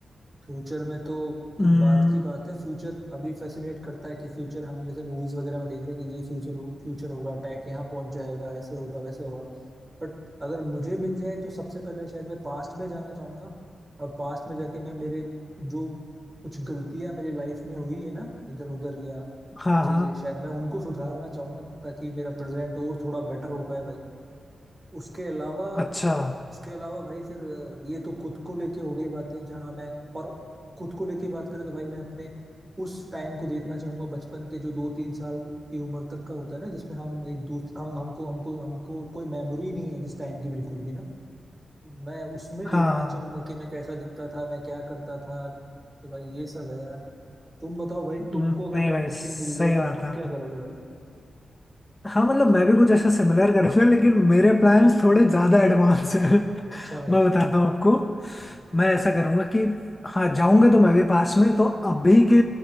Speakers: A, on the right; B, on the left.
A: फ्यूचर में तो
B: हम्म,
A: बात की बात है फ्यूचर अभी फैसिनेट करता है कि फ्यूचर हम जैसे मूवीज वगैरह में देख रहे हैं कि ये फ्यूचर हो, फ्यूचर होगा टैक यहाँ पहुंच जाएगा ऐसे होगा वैसे होगा बट अगर मुझे मिल जाए तो सबसे पहले शायद मैं पास्ट में जाना चाहूंगा और पास्ट में जाके मैं मेरे जो कुछ गलतियां मेरी लाइफ में हुई है ना इधर उधर या
B: हाँ
A: चीजें
B: हाँ
A: शायद मैं उनको सुधारना चाहूंगा ताकि मेरा प्रेजेंट और थोड़ा बेटर हो पाए भाई उसके अलावा
B: अच्छा
A: उसके अलावा भाई फिर अ, ये तो खुद को लेके हो गई बातें जहाँ मैं और खुद को लेके बात करें तो भाई मैं अपने उस टाइम को देखना चाहूंगा बचपन के जो दो तीन साल की उम्र तक का होता है ना जिसमें हम एक दूसरे हम हमको हमको हमको कोई मेमोरी नहीं है जिस टाइम की बिल्कुल भी ना मैं उसमें
B: हाँ
A: देखना
B: हाँ
A: चाहूंगा कि मैं कैसा दिखता था मैं क्या करता था तो भाई ये सब है यार तुम बताओ भाई
B: हम्म,
A: तुमको अगर
B: नहीं
A: टाइम
B: भाई
A: मशीन
B: सही
A: मिल जाए तो
B: बात
A: तुम
B: है
A: क्या करोगे भाई
B: हाँ मतलब मैं भी कुछ ऐसा सिमिलर करूंगा लेकिन मेरे प्लान्स थोड़े ज़्यादा एडवांस हैं <laughs>
A: अच्छा भाई
B: मैं बताता हूँ आपको मैं ऐसा करूंगा कि हाँ जाऊंगा तो मैं भी पास में तो अभी के